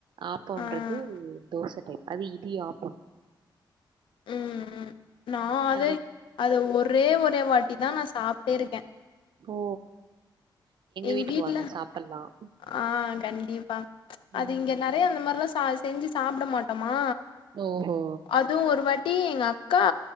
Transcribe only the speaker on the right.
ஆப்பம்ன்றது
தோச டைப் அது இடியாப்பம்
அது
ஓ
வீட்டுக்கு
வாங்க சாப்பிடலாம்
உம்
ஓஹோ